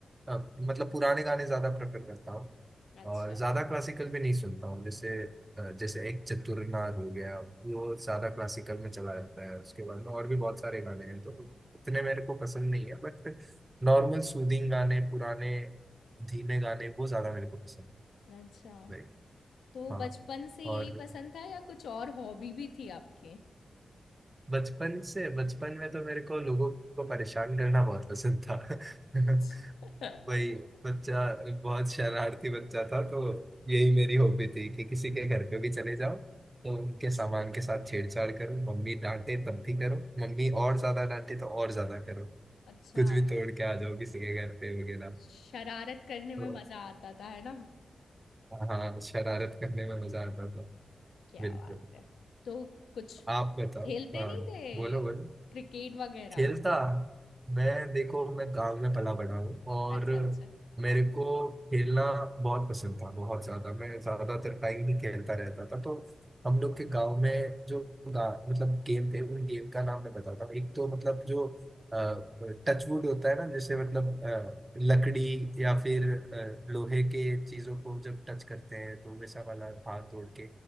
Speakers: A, on the right (about 30°); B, on the left (about 85°).
A: अ, मतलब पुराने गाने ज्यादा प्रेफर करता हूँ
B: अच्छा
A: और ज्यादा क्लासिकल भी नहीं सुनता हूँ जैसे अ, जैसे एक चतुरनार हो गया वो ज्यादा क्लासिकल में चला जाता है उसके बाद में और भी बहुत सारे गाने हैं तो इतने मेरे को पसंद नहीं है बट नॉर्मल सूदिंग गाने पुराने धीमे गाने वो ज्यादा मेरे को पसंद
B: अच्छा
A: है Like,
B: तो
A: हाँ
B: बचपन से यही
A: और
B: पसंद था या कुछ और हॉबी भी थी आपकी?
A: बचपन से बचपन में तो मेरे को लोगों को परेशान करना बहुत पसंद था <laughs>
B: अच्छा <laughs>
A: वही बच्चा बहुत शरारती बच्चा था तो यही मेरी हॉबी थी कि किसी के घर पे भी चले जाओ तो उनके सामान के साथ छेड़छाड़ करो मम्मी डांटे तब भी करो मम्मी और ज्यादा डांटे तो और ज्यादा करो
B: अच्छा,
A: कुछ भी तोड़ के आ जाओ किसी के घर पे वगैरह
B: शरारत करने में
A: तो
B: मज़ा आता था, है ना?
A: हाँ शरारत करने में मजा आता था
B: क्या
A: बिल्कुल
B: बात है! तो कुछ
A: आप बताओ
B: खेलते
A: हाँ
B: नहीं थे,
A: बोलो बोलो
B: क्रिकेट वगैरह?
A: खेलता मैं देखो मैं गांव में पला बड़ा हूँ और
B: अच्छा, अच्छा।
A: मेरे को खेलना बहुत पसंद था बहुत ज्यादा मैं ज्यादातर टाइम ही खेलता रहता था तो हम लोग के गांव में जो गा, मतलब गेम थे उन गेम का नाम मैं बताता हूँ एक तो मतलब जो टचवुड होता है ना जैसे मतलब अ, लकड़ी या फिर अ, लोहे के चीजों को जब टच करते हैं तो वैसा वाला भाग दौड़ के